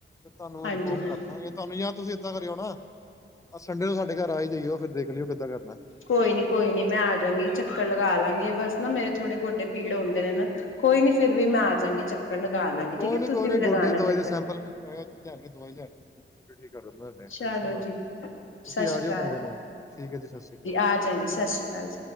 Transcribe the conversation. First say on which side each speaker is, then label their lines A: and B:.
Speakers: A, on the left (about 15°); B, on the left (about 75°).
A: ਤੁਹਾਨੂੰ
B: ਹਾਂਜੀ
A: ਇਨਫੋਰਮ
B: ਹਾਂਜੀ
A: ਕਰਦਾਗੇ, ਤੁਹਾਨੂੰ ਯ ਤੁਸੀਂ ਏਦਾਂ ਕਰੀ ਆਉ ਨਾ ਸੰਡੇ ਨੂੰ ਸਾਨੂੰ ਸਾਡੇ ਘਰ ਆਈ ਜਾਈਓ ਫਿਰਰ ਦੇਖਿਓ ਕਿੱਦਾਂ ਕਰਨਾ
B: ਕੋਈ ਨੀ ਕੋਈ ਨੀ ਮੈਂ ਆ ਜਾਾਂਗੀ ਚੱਕਰ ਲਗਾ ਲਾਂਗੀ, ਬਸ ਨਾ ਮੇਰੇ ਥੋੜੇ ਗੋਡੇ ਪੀੜ ਹੁੰਦੇ ਨੇ ਨਾ, ਕੋਈ ਨੀ ਫੇਿਰ ਵੀ ਮੈਂ ਆਜਗੀ ਚੱਕਰ ਲਗਾ ਲਾਂਗੀ
A: ਕੋਈ
B: ਠੀਕ ਹੈ
A: ਨੀ
B: ਤੁਸੀਂ
A: ਕੋਈ
B: ਵੀ ਲਗਾਣਾ
A: ਗੋਡੇ ਦਵਾਈ
B: ਚੱਕਰ
A: ਦੇ ਸੈਂਪਲ ਮੰਗਵਾਏ ਆ, ਕੇ ਦਵਾਈ ਕਰ
B: ਚਲੋ
A: ਟੈਂਸ਼ਨ ਲ
B: ਜੀ
A: ਤੁ ਤੁਸੀਂ
B: ਸਤਿ ਸ੍ਰੀ
A: ਆ ਜਾਇਓ
B: ਅਕਾਲ
A: ਸੰਡੇ ਨੂੰ, ਠੀਕ ਹੈ ਜੀ ਸਤਿ ਸ਼੍ਰੀ ਅਕਾਲ
B: ਆ ਜਾਂਗੀ ਸਤਿ ਸ੍ਰੀ ਅਕਾਲ